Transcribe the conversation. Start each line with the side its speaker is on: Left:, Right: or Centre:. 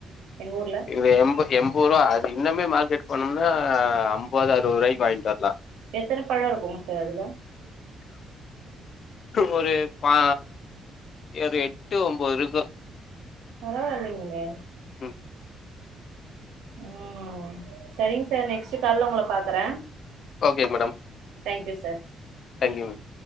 Right: எங்க ஊர்ல
Left: இவன் எண்ப எண்பரூவா அது இன்னமே மார்கெட் போனம்னா ஐம்பது அறுவது ரூவாய்க்கி வாங்கிட் வர்லா
Right: எத்தன பழோ இருக்குங்க சார் அதுல
Left: ஒரு பா எரு எட்டு ஒம்போருக்கு
Right: பரவாயில்லீங்களே
Left: ம்
Right: ம் சரிங் சார் நெக்ஸ்ட்டு காலைலே உங்கள பாக்குறோ
Left: okay madam
Right: thank you sir
Left: thank you ma'am